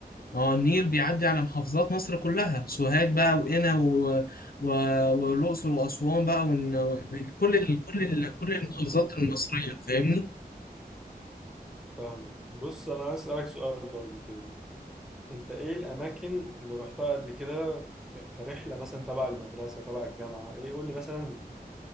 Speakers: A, on the left; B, in the centre.
A: ما هو النيل بيعدي على محافظات مصر كلها سوهاج بقى وقنا و... و... والأقصر وأسوان بقى ون... ون- كل ال... كل ال... كل المحافظات المصرية فاهمني
B: فاهم بص انا عايز اسالك سؤال برضو كده انت ايه الاماكن اللي رحتها قبل كده ك- كرحله مثلا تبع المدرسه تبع الجامعه ايه قول لي مثلا